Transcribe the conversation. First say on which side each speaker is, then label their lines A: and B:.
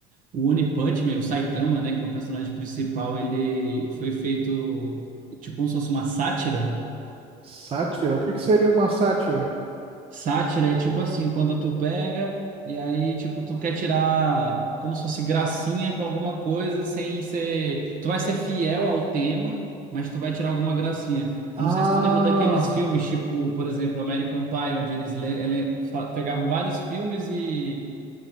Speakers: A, on the right; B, on the right.
A: O One Punch Man, o Saitama, né, que é o personagem principal, ele foi feito tipo como se fosse uma sátira.
B: Sátira? O que que seria uma sátira?
A: Sátira é tipo assim, quando tu pega e aí tipo tu quer tirar como se fosse gracinha com alguma coisa sem ser, tu vai ser fiel ao tema, mas tu vai tirar alguma gracinha.
B: Ah.
A: Eu não sei se tu lembra daqueles filmes tipo, por exemplo, American Pie, onde eles le- ele- fa- pegavam vários filmes e